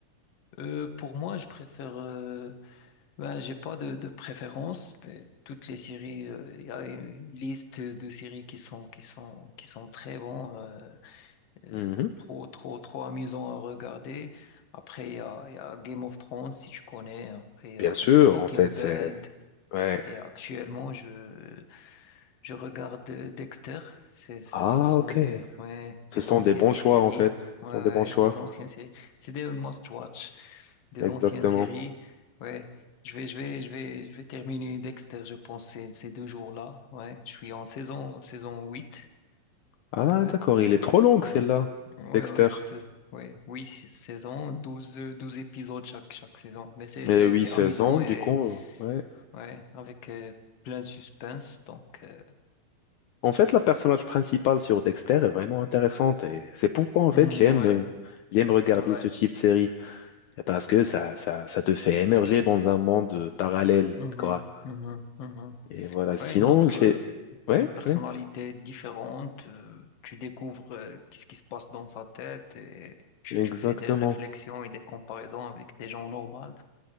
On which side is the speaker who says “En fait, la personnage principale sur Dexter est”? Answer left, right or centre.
Left